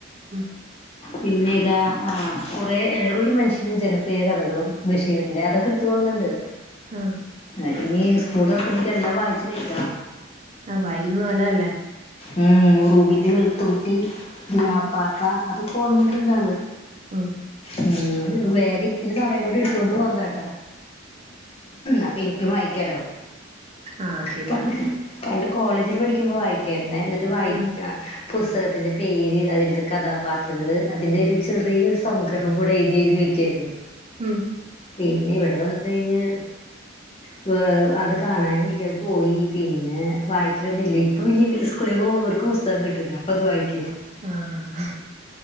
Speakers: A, on the right; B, on the left.
A: <inaudible>
B: പിന്നെതാ ആഹ് കുറെ ഏഹ് ഒരു മനുഷ്യനും ജനപ്രിയ കഥകളും ബഷീറിന്റെ അതൊക്കെട് തോണ്ന്ന്ണ്ട്
A: ആഹ്
B: എഹ് ഇനി സ്ക്കൂളൊർക്കുമ്പോക്കി എല്ലാം വായിച്ച് കഴിക്കണം.
A: ആഹ് വായിക്കുന്നെ നല്ലതല്ലേ
B: ഉം ഉറൂബിന്റെ വെളുത്ത കുട്ടി ലാപ്പാപ്പ
A: ഉം
B: അതൊക്കെ കൊണ്ടോന്ന്ട്ട്ണ്ടാള്.
A: ഉം
B: ഉം വേഗം ഇത്തിരി സമയം കൊണ്ട് ഇട്ത്തൊണ്ട് പോന്നതാട്ട. അപ്പൊ ഇൻക്കും വായിക്കലോ
A: ആഹ് ശരിയാ
B: <unintelligible> പണ്ട് കോളേജില് പഠിക്കുമ്പോ വായിക്കായിര്ന്നേ ന്നട്ട് വായിക്കാ
A: ഉം
B: പുസ്തകത്തിന്റെ പേര് അതിൽത്തെ കഥാപാ ത്രങ്ങള് അതിൻ്റൊരു ചെറിയൊരു സംഗ്രഹം കൂടെ എഴ്തി എഴ്തി വെക്ക്യായിര്ന്നു.
A: ഉം
B: പിന്നെ ഇവടെ വന്ന് കഴിഞ്ഞ്
A: ഉ <inaudible> <inaudible>
B: പ്പൊ അത് കാണാനില്ല അത് പോയി പിന്നെ വായിക്കലൊന്നുല്ല്യെ ഇപ്പൊ പിന്നെ ഇവര് സ് കൂളിക്കൂ <unintelligible> ഇവര് പുസ്തകം കിട്ടൂല്ലെ അപ്പത് വായിക്ക്യും.
A: ആഹ്